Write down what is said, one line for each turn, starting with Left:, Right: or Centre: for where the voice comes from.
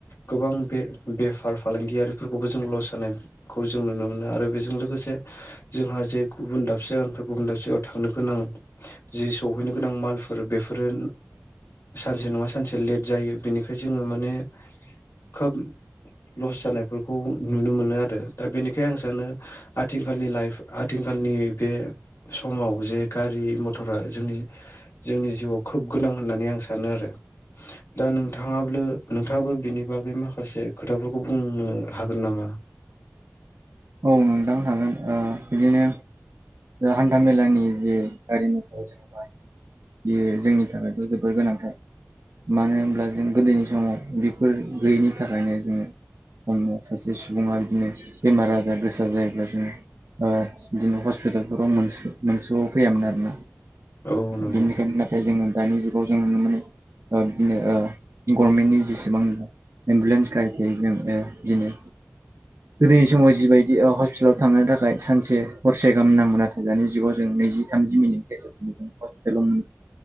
Left: गोबां बे बेफार फालांगियारिफोरखौबो जों लस जानायखौ जों नुनो मोनो आरो बेजों लोगोसे जोंहा जे गुबुन दाबसे जायगानिफ्राय गुबुन दाबसे जायगायाव थांनो गोनां जि सौहैनो गोनां मालफोर बेफोरो सानसे नङा सानसे लेट जायो। बेनिखाय जोङो माने खोब लस जानायफोरखौ नुनो मोनो आरो। दा बेनिखायनो आं सानो आथिखालनि लाइफ आथिखालनि बे समाव जे गारि मथरा जोंनि- जोंनि जिउआव खोब गोनां होननानै आं सानो आरो।
Right: <inaudible>
Left: दा नोंथाङाबो - नोंथाङाबो बिनि बागै माखासे खोथाफोरखौ बुंनो हागोन नामा?
Right: औ नोंथां हागोन ओ बिदिनो दा हान्था मेलानि जे गारि मथर जेनबा बेयो जोंनि थाखायथ' जोबोर गोनांथार। मानो होनब्ला जों गोदोनि समाव बेफोर गैयैनि थाखायनो जोङो <unintelligible> सासे सुबुङा बिदिनो बेमार आजार गोसा जायोब्ला जोङो ओ बिदिनो <unintelligible> <unintelligible> फैयामोन आरोना
Left: औ नंगौ
Right: बेनिखायनो
Left: नोंथां
Right: <unintelligible> जोङो दानि जुगाव जों नुनो मोनो बिदिनो गरमेन्टनि जेसेबां एम्बुलेन्स गारि थायो जों ओ बिदिनो गोदोनि समाव जिबायदि हस्पिटालाव थांनायनि थाखाय सानसे हरसे गाहाम नांङो नाथाय दानि जुग जों नैजि, थामजि मिनिटनि गेजेरजोंनो जों हस्पिटालाव